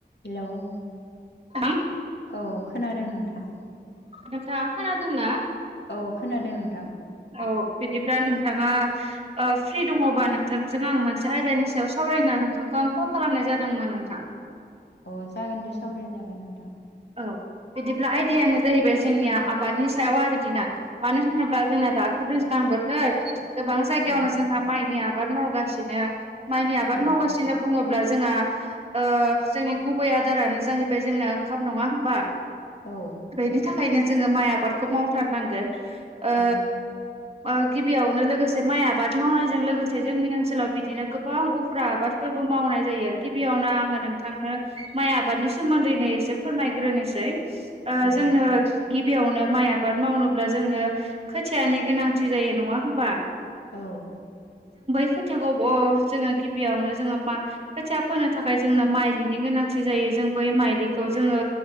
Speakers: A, on the left; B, on the right.
A: Hello औ
B: नोंथां
A: औ खोनादों नोंथां
B: नोंथाङा खोनादोंना
A: औ खोनादों नोंथां
B: औ बिदिब्ला नों नोंथाङा ओ फ्रि दङबा नोंथांजों आं मोनसे आयदानि सायाव सावरायना नोंथांखौ आं फन खालामनाय जादोंमोन नोंथां
A: अ जागोन दे सावराय जागोन नोंथां
B: औ बिदिब्ला आयदायानो जाहैबाय जोंनिया आबादनि सायाव आरोखिना मानो होनोब्ला बा जोंना दाथ' दैज्लां बोथोर गोबां जायगायावनो
A: औ
B: जोंहा माइनि आबाद मावगासिनो माइनि आबाद
A: औ
B: मावगासिनो बुङो ब्ला जोंहा ओ जोंनि गुबै आदारानो जाहैबाय जोंना ओंखाम नङा होमबा
A: औ
B: बेनि थाखायनो जोङो माइ आबादखौ मावथारनांगोन ओ
A: ओं
B: ओ गिबियावनो लोगोसे माइ आबाद मावनायजों लोगोसे जोंनि ओनसोलाव बिदिनो गोबां उफ्रा आबादफोर बो मावनाय जायो गिबियावनो आङो नोंथांनो माइ आबादनि सोमोनदैनो एसे फोरमायग्रोनोसै ओ
A: औ
B: जोंनो गिबियावनो माइ आबाद मावनोब्ला जोंनो खोथियानो गोनांथि जायो नङा होनबा
A: औ
B: खोथियाखौ ब जोङो गिबियावनो जोङो मा खोथिया फोनो थाखाय जोंनो माइलिनि गोनांथि जायो जों बै माइलिखौ जोंङो